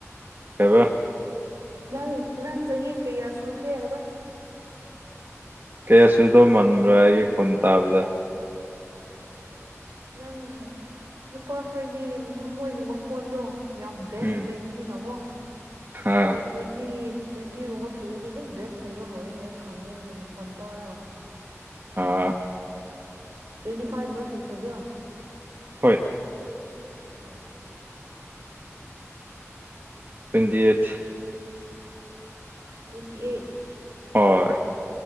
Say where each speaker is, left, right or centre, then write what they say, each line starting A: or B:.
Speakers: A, on the right; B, on the right.
A: ꯀꯩꯕ꯫
B: ꯅꯪ ꯅꯪ ꯆꯍꯤ ꯀꯌꯥ ꯁꯨꯈ꯭ꯔꯦ ꯍꯥꯏꯕ
A: ꯀꯩꯌꯥꯁꯨꯏꯕ ꯃꯟꯕ꯭ꯔꯥ ꯑꯩꯒꯤ ꯈꯣꯟ ꯇꯥꯕꯗ
B: ꯅꯪ ꯅꯨꯄꯥꯈꯣꯏꯗꯤ ꯃꯣꯏꯒꯤ ꯃꯈꯣꯟꯗꯣ ꯌꯥꯝ ꯕꯦꯁ
A: ꯎꯝ
B: ꯂꯩꯕꯤꯅꯤꯅꯣꯀꯣ
A: ꯑꯥ
B: ꯇꯨ ꯇ꯭ꯋꯦꯟ ꯇꯤ ꯇ꯭ꯋꯦꯟꯇꯤꯒꯨꯝꯕ ꯁꯨꯔꯗꯤ ꯑꯗꯨꯝ ꯕꯦꯁ ꯂꯩꯕ ꯍꯧꯔ‌ꯦ ꯑꯩ ꯈꯪꯗꯦꯅꯦ ꯃꯈꯣꯟ ꯇꯥꯔꯒ
A: ꯑꯥ
B: ꯇ꯭ꯋꯦꯟꯇꯤ ꯐꯥꯏꯚ ꯃ ꯁꯨꯈ꯭ꯔꯕ꯭ꯔꯣ
A: ꯍꯣꯏ
B: ꯑꯥꯎ
A: ꯇ꯭ꯋꯦꯟꯇꯤ ꯑꯩꯠ
B: ꯇ꯭ꯋꯦꯟꯇꯤ ꯑꯩꯠ
A: ꯍꯣꯏ